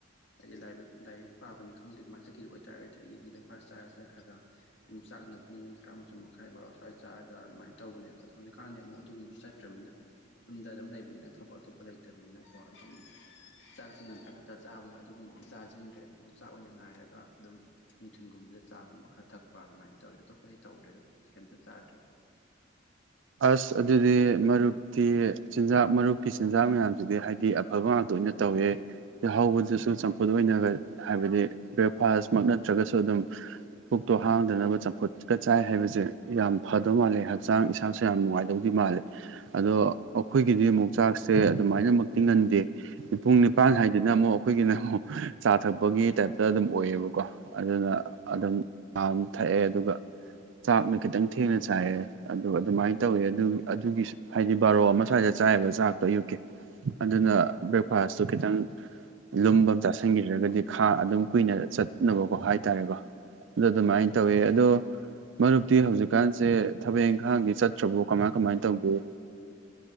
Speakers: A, on the left (about 60°); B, on the right (about 65°).
A: ꯑꯩꯗꯤ ꯂꯥꯏꯔꯤꯛ ꯄꯥꯕꯅꯤ ꯈꯪꯗꯦ ꯑꯗꯨꯃꯥꯏꯅ ꯆꯠꯈꯤꯈꯤꯕ ꯑꯣꯏꯇꯥꯥꯔꯒꯗꯤ ꯑꯩ ꯑꯗꯨ ꯕꯦꯐꯔꯁ ꯆꯥꯔ ꯆꯠꯈ꯭ꯔꯒ ꯆꯥꯛꯅ ꯄꯨꯡ ꯇꯔꯥꯃꯥꯊ ꯃꯈꯥꯏ ꯕꯥꯕ ꯁ꯭ꯋꯥꯏ ꯆꯥꯔ ꯑꯗꯨꯃꯥꯏꯅ ꯇꯧꯕꯅꯦꯕ ꯑꯗꯣ ꯍꯧꯖꯤꯛꯀꯥꯟꯗꯤ ꯑꯃꯨꯛ ꯑꯗꯨꯒꯨꯝꯕꯁꯨ ꯆꯠꯇ꯭ꯔꯕꯅꯤꯅ ꯌꯨꯝꯗ ꯑꯗꯨꯝ ꯂꯩꯕꯅꯤꯅ ꯊꯕꯛ ꯑꯇꯣꯞꯄ ꯂꯩꯇꯕꯅꯤꯅ ꯑꯄ ꯑꯗꯨꯝ ꯆꯥꯛꯁꯤ ꯉꯟꯇꯛ ꯉꯥꯛꯇꯛ ꯆꯥꯕꯅ ꯑꯗꯨꯒꯨꯝꯕꯗꯤ ꯆꯥꯁꯤꯟꯗ꯭ꯔꯦ ꯑꯗꯨꯒ ꯆꯥꯛ ꯑꯣꯏꯅ ꯉꯥꯏꯔꯒ ꯑꯗꯨꯝ ꯅꯨꯡꯊꯤꯟꯒꯨꯝꯕꯗ ꯆꯥꯒꯨꯝꯕ ꯈꯔ ꯊꯛꯄ ꯑꯗꯨꯃꯥꯏꯅ ꯇꯧꯋꯤ ꯑꯇꯣꯞꯄꯁ ꯇꯧꯗ꯭ꯔꯦꯗ ꯀꯩꯝꯇ ꯆꯥꯗ꯭ꯔꯤ
B: ꯑꯁ ꯑꯗꯨꯗꯤ ꯃꯔꯨꯞꯇꯤ ꯆꯤꯟꯖꯥꯛ ꯃꯔꯨꯞꯀꯤ ꯆꯤꯟꯖꯥꯛ ꯃꯌꯥꯝꯁꯤꯗꯤ ꯍꯥꯏꯗꯤ ꯑꯐꯕꯇ ꯇꯣꯏꯅ ꯇꯧꯋꯦ ꯍꯧꯕꯗꯨꯁꯨ ꯆꯝꯐꯨꯠ ꯑꯣꯏꯅ ꯍꯥꯏꯕꯗꯤ ꯕ꯭ꯔꯦꯛꯐꯥꯁꯃꯛ ꯅꯠꯇ꯭ꯔꯒꯁꯨ ꯑꯗꯨꯝ ꯄꯨꯛꯇꯣ ꯍꯥꯡꯗꯅꯕ ꯆꯝꯐꯨꯠꯀ ꯆꯥꯏ ꯍꯥꯏꯕꯁꯦ ꯌꯥꯝ ꯐꯗꯕ ꯃꯥꯜꯂꯦ ꯍꯛꯆꯥꯡ ꯏꯁꯥꯡ ꯌꯥꯝ ꯅꯨꯡꯉꯥꯏꯗꯧꯗꯤ ꯃꯥꯜꯂꯦ ꯑꯗꯣ ꯑꯩꯈꯣꯏꯒꯤꯗꯤ ꯑꯃꯨꯛ ꯆꯥꯛꯁꯦ ꯑꯗꯨꯃꯥꯏꯅꯃꯛ ꯇꯤꯡꯍꯟꯗꯦ ꯄꯨꯡ ꯅꯤꯄꯥꯟ ꯍꯥꯏꯗꯅ ꯑꯃꯨꯛ ꯑꯩꯈꯣꯏꯒꯤꯅ ꯑꯃꯨꯛ ꯆꯥ ꯊꯛꯄꯒꯤ ꯇꯥꯏꯞꯇ ꯑꯗꯨꯝ ꯑꯣꯏꯌꯦꯕꯀꯣ ꯑꯗꯨꯅ ꯑꯗꯨꯝ ꯆꯥ ꯊꯛꯑꯦ ꯑꯗꯨꯒ ꯆꯥꯛꯅ ꯈꯤꯇꯪ ꯊꯦꯡꯅ ꯆꯥꯏꯑꯦ ꯑꯗꯨꯒ ꯑꯗꯨꯃꯥꯏꯅ ꯇꯧꯏꯦ ꯑꯗꯨ ꯑꯗꯨꯒꯤꯁꯨ ꯍꯥꯏꯗꯤ ꯕꯥꯔꯣ ꯑꯃ ꯁ꯭ꯋꯥꯏꯗ ꯆꯥꯏꯕ ꯆꯥꯛꯇꯣ ꯑꯌꯨꯛꯀꯤ ꯑꯗꯨꯅ ꯕ꯭ꯔꯦꯛꯐꯥꯁꯇꯨ ꯈꯤꯇꯪ ꯂꯨꯝꯕ ꯆꯥꯥꯁꯟꯈꯤꯗ꯭ꯔꯒꯗꯤ ꯈꯥ ꯑꯗꯨꯝ ꯀꯨꯏꯅ ꯆꯠꯅꯕꯀꯣ ꯍꯥꯏꯇꯥꯔꯦꯀꯣ ꯑꯗꯨ ꯑꯗꯨꯃꯥꯏꯅ ꯇꯧꯋꯦ ꯑꯗꯣ ꯃꯔꯨꯞꯇꯤ ꯍꯧꯖꯤꯛꯀꯥꯟꯁꯦ ꯊꯕꯛ ꯏꯪꯈꯥꯡꯒꯤ ꯆꯠ ꯆꯧꯕꯣ ꯀꯃꯥꯏ ꯀꯃꯥꯏꯅ ꯇꯧꯒꯦ